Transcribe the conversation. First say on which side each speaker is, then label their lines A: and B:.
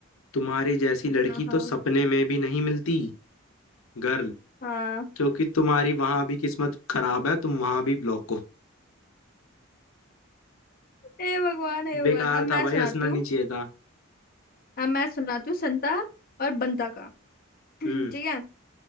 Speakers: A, on the left; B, on the left.
A: तुम्हारी जैसी लड़की
B: हाँ हाँ
A: तो सपने में भी नहीं मिलती गर्ल
B: हाँ
A: क्योंकि तुम्हारी वहां भी किस्मत खराब है तुम वहां भी ब्लॉक हो
B: हे भगवान हे
A: बेकार
B: भगवान अब मैं
A: था भाई
B: सुनाती
A: हंसना
B: हूँ
A: नहीं चाहिए था
B: अब मैं सुनाती हूँ संता और बंता का <clears throat> ठीक
A: हम्म
B: है